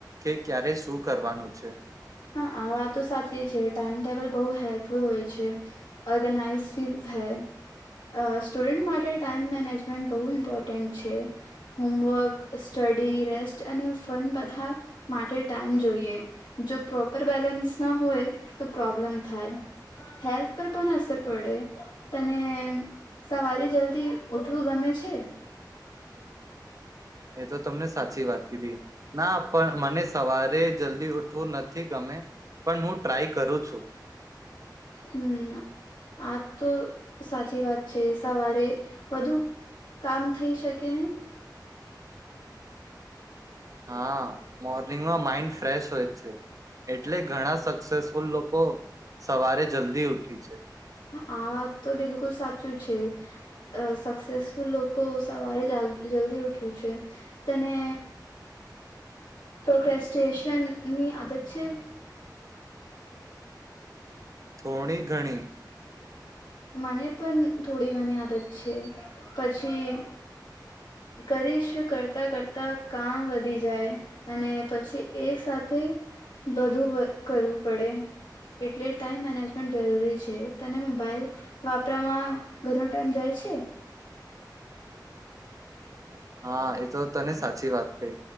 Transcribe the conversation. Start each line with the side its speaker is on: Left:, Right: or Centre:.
Right: કે ક્યારે શું કરવાનું છે?
Left: હા, આ વાતો સાચી છે ટાઈમ ટેબલ બહુ હેલ્પફુલ હોય છે. ઓર્ગનાઈઝ ફીલ થાય. અ સ્ટુડન્ટ માટે ટાઈમ મેનેજમેન્ટ બહુ ઇમ્પોર્ટન્ટ છે. હોમવર્ક, સ્ટડી, રેસ્ટ અને ફન બધા માટે ટાઈમ જોઈએ જો પ્રોપર બેલેન્સ ના હોય તો પ્રોબ્લેમ થાય હેલ્થ પર પણ અસર પડે તને સવારે જલ્દી ઉઠવું ગમે છે
Right: એ તો તમને સાચી વાત કીઘી ના પણ મને સવારે જલ્દી ઉઠવું નથી ગમે પણ હું ટ્રાય કરું છું
Left: હમ આ તો સાચી વાત છે સવારે બધુ કામ થઈ શકે ને
Right: હા મોર્નિંગમાં માઈન્ડ ફ્રેશ હોય જ છે એટલે ઘણા સક્સેસફુલ લોકો સવારે જલ્દી દેવઠી છે
Left: આ વાત તો બિલકુલ સાચું છે સક્સેસફુલ લોકો સવારે જલ્દી ઉઠવું છે તને પ્રોસ્ટશન ની આદત છે
Right: થોડી ઘણી
Left: મને પણ થોડી ઘણી આદત છે પછી કરીશ કરતાં કરતાં કામ વધી જાય અને પછી એક સાથે બધું કરવું પડે એટલે ટાઈમ મેનેજમેન્ટ જરૂરી છે તને મોબાઈલ વાપરવામાં ઘણ ટાઈમ જાય છે હમ
Right: હા એ તો તને સાચી વાત કહી